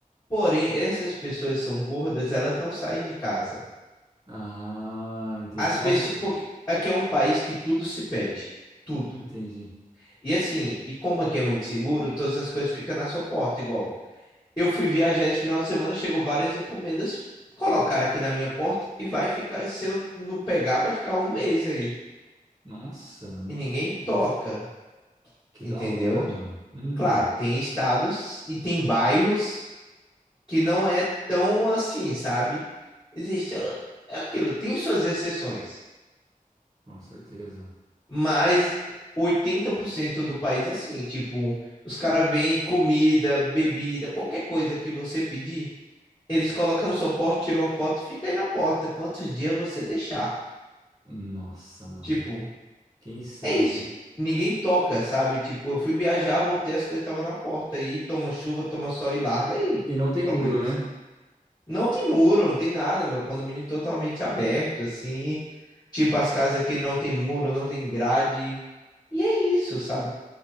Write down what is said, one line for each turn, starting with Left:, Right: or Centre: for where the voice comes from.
Left: Porém, essas pessoas são gordas, elas não saem de casa.
Right: Ah, entendi.
Left: As pessoas,
Right: As-
Left: porque aqui é um país que tudo se pede, tudo.
Right: Entendi.
Left: E assim, e como aqui é muito seguro, todas as coisas ficam na sua porta, igual. Eu fui viajar esse final de semana, chegou várias encomendas, colocaram aqui na minha porta e vai ficar, se eu não pegar, vai ficar um mês aí.
Right: Nossa, não
Left: E ninguém
Right: sabia disso.
Left: toca,
Right: Que
Left: entendeu?
Right: da hora, mano. Hum,
Left: Claro, tem estados e tem bairros que não é tão assim, sabe? Existe, é aquilo, tem suas exceções.
Right: com certeza.
Left: Mas 80% do país é assim, tipo, os caras veem comida, bebida, qualquer coisa que você pedir, eles colocam no seu porta, tiram uma foto e fica aí na porta, quantos dias você deixar.
Right: Nossa, mano,
Left: Tipo,
Right: que, que insano.
Left: é isso. Ninguém toca, sabe? Tipo, eu fui viajar, voltei, as coisas estavam na porta. Aí toma chuva, toma sol e larga aí.
Right: E não tem
Left: O problema
Right: muro, né?
Left: é seu. Não tem muro, não tem nada, meu condomínio é totalmente aberto, assim. Tipo, as casas que não tem muro, não tem grade. E é isso, sabe?